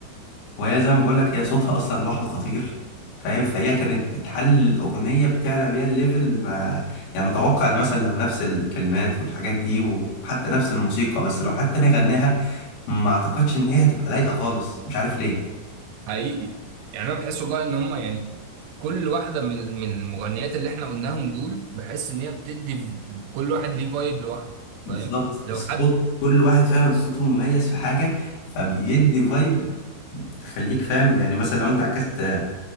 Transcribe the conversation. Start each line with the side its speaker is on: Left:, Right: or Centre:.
Left: وهي زي ما بقول لك هي صوتها اصلا لوحده خطير فاهم فهي كانت بتحل الاغنيه بتعلى بيها الليفل ما يعني اتوقع ان مثلا لو نفس الكلمات والحاجات دي وحتى نفس الموسيقى بس لو حتى انا غناها ما اعتقدش ان هي هتبقى لايقه خالص مش عارف ليه
Right: حقيقي يعني انا بحس والله ان هم يعني كل واحده من من المغنيات اللي احنا قلناهم دول بحس ان هي بتدي ف- كل واحد ليه فايب لوحده
Left: بالظبط
Right: فاهم لو
Left: الصوت
Right: حد
Left: كل واحد فعلا صوته مميز في حاجة فبيدي فايب تخليك فاهم يعني مثلا لو انت عكست